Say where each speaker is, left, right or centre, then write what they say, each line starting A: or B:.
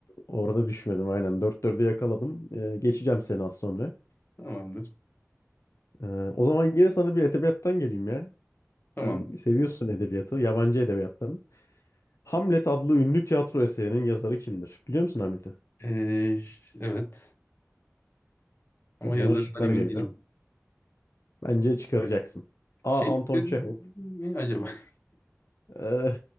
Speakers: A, on the left; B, on the left.
A: Orada düşmedim aynen. Dört dörde yakaladım. Ee, geçeceğim seni az sonra.
B: Tamamdır.
A: Ee, o zaman yine sana bir edebiyattan geleyim ya.
B: Tamam.
A: Sen seviyorsun edebiyatı, yabancı edebiyattan. Hamlet adlı ünlü tiyatro eserinin yazarı kimdir? Biliyor musun Hamlet'i?
B: Ee, evet. Ama
A: O zaman
B: yazarından
A: şıklar
B: emin
A: geliyor.
B: değilim.
A: Bence çıkaracaksın.
B: Shakespeare
A: A. Anton Çehov
B: mi acaba? <laughs>
A: Ee,